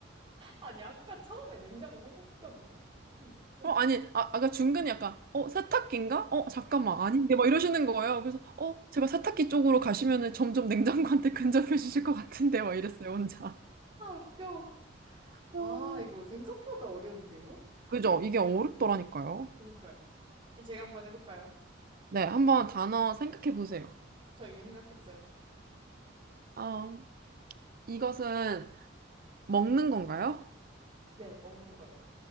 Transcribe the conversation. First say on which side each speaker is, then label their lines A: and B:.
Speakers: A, on the right (about 25°); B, on the right (about 50°).
A: 아니, 아까 처음에 냉장고 생각했거든요? 근데,
B: 어, 아니, 아, 아까 중간에 약간, 어, 세탁기인가? 어, 잠깐만, 아닌데, 막 이러시는 거예요. 그래서, 어, 제발 세탁기 쪽으로 가시면은 점점 냉장고한테 <laughs> 근접해주실 것 같은데, 막 이랬어요, 혼자.
A: 아, 웃겨.
B: 음.
A: 아, 이거 생각보다 어려운데요?
B: 그죠? 이게 어렵더라니까요.
A: 그니까요. 이 제가 한번 해볼까요?
B: 네, 한번 단어 생각해 보세요.
A: 저 이미 생각했어요.
B: 아, 이것은 먹는 건가요?
A: 네, 먹는 거예요.